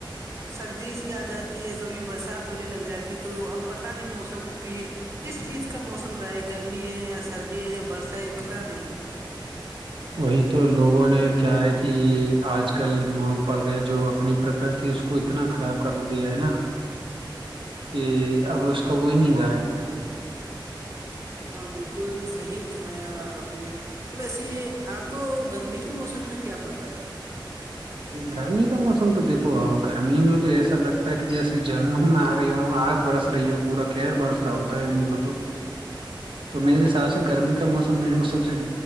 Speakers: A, on the right; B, on the right.
A: سردی سی آ جاتی ہے کبھی برسات ہونے لگ جاتی ہے تو اب پتا نہیں موسم کی کس چیز کا موسم رہا ہے گرمی ہے یا سردی ہے یا برسا ہے پتا نہیں
B: وہی تو لوگوں نے کیا ہے کہ آج کل مت پڑ رہا ہے جو اپنی کرتی اس کو اتنا خراب کر دیا ہے نا کہ اب اس کا وہی نہیں رہا ہے
A: ہاں بالکل صحی فرمایا وا اپپ نے ویسے آپ کو گرمی کے موسم میں کیا پتاہ ہے
B: گرمی کا موسم تو دیکو گرمی میں تو ایسا لگتا ہے کہ جیسے جرنوں میں آ گئی ہوں آگ برس را پورا کیئر برسرا ہوتا ہے دن تو تو میرے حساب سے گرمی کا موسم میرے کو سب سے